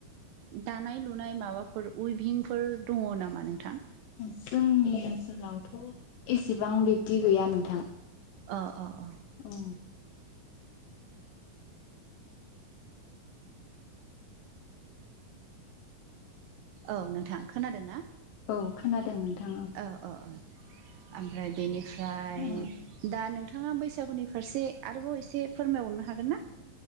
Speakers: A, on the right; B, on the left.
A: दानाय लुनाय माबाफोर उइभिंफोर दङ नामा नोंथां
B: जोंनि ओनसोलावथ' एसेबां बिब्दि गैया नोंथां
A: अ अ अ
B: उम
A: औ नोंथां खोनादों ना?
B: औ खोनादों नोंथां औ
A: औ औ औ ओमफ्राय बेनिफ्राय?
B: औ
A: दा नोंथाङा बैसागुनि फारसे आरोबाव एसे फोरमायहरनो हागोन ना?